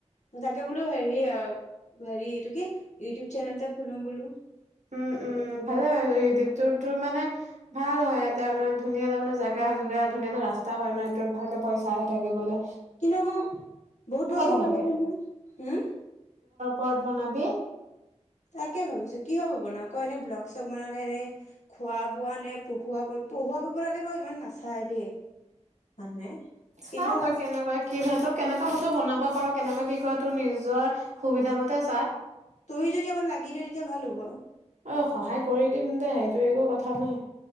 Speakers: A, on the left (about 75°); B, on the right (about 80°).
A: মই তাকে বোলো হেৰি অ' হেৰি এইটো কি, ইউটিউব চেনেল এটা খুলো বোলো।
B: উম উম,
A: নতুনকৈ
B: ভালে হয় ইউটিউবটো তোৰ মানে ভাল হয় ইয়াতে মানে ধুনীয়া এটা মানে জেগা, যোনটো ধুনীয়া এটা ৰাস্তা <unintelligible> পইচা আহি থাকিবলৈ।
A: কিন্তু আকৌ বহুত বছৰ
B: বনাবি
A: লাগে নহয়, হম
B: পৰ্ বনাবি?
A: তাকে ভাবিছো কিহ'ৰ ওপৰত বনাওঁ ক? এনে ব্লগ চগ বনাওঁ নে, এনেই খোৱা বোৱা নে, পঢ়োৱা ওপৰত, পঢ়ুৱা ওপৰত বনালে বাৰু ইমান নাচায় দে, মানুহে।
B: চা
A: কিন্তু
B: তই কেনেকুৱা কি হয়। ত <unintelligible> বনাব পাৰ, কেনেকৈ কি কৰ তোৰ নিজৰ সুবিধা মতে চা।
A: তয়ো যদি অকন লাগি দিয়, তেতিয়া ভাল হ'ব।
B: অ', সহায় কৰি দিম দে, সেইটো একো কথা নাই।